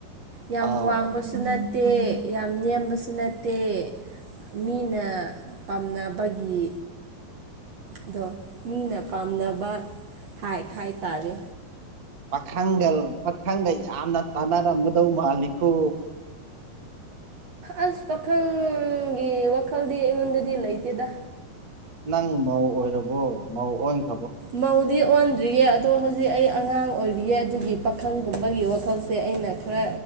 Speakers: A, on the right; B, on the right.
A: ꯌꯥꯝ
B: ꯑꯥꯎ
A: ꯋꯥꯡꯕꯁꯨ ꯅꯠꯇꯦ ꯅꯠꯇꯦ ꯌꯥꯝ ꯅꯦꯝꯕꯁꯨ ꯅꯠꯇꯦ ꯃꯤꯅ ꯄꯥꯝꯅꯕꯒꯤ ꯑꯗꯣ ꯃꯤꯅ ꯄꯥꯝꯅꯕ ꯍꯥꯏ ꯍꯥꯏ ꯇꯔꯦ
B: ꯄꯥꯈꯪꯒ ꯄꯥꯈꯪꯒ ꯌꯥꯝꯅ ꯇꯥꯟꯅꯔꯝꯒꯗꯧ ꯃꯥꯜꯂꯤꯈꯣ
A: ꯑꯁ ꯄꯈꯪ ꯒꯤ ꯋꯥꯈꯜꯗꯤ ꯌꯦꯉꯗꯗꯤꯂꯇꯦꯗ
B: ꯅꯪ ꯃꯧ ꯑꯣꯏꯔꯕꯣ ꯃꯧ ꯑꯣꯏꯅ
A: ꯃꯎꯗꯤ ꯑꯣꯟ ꯔꯤꯌꯦ ꯑꯗꯣ ꯍꯧꯖꯤꯛ ꯑꯩ ꯑꯉꯥꯡ ꯑꯣꯏꯔꯤꯌꯦꯦ ꯑꯗꯨꯒꯤ ꯄꯥꯈꯪꯒꯨꯝꯕꯒꯤ ꯋꯥꯈꯜꯁꯦ ꯑꯩꯅ ꯈꯔ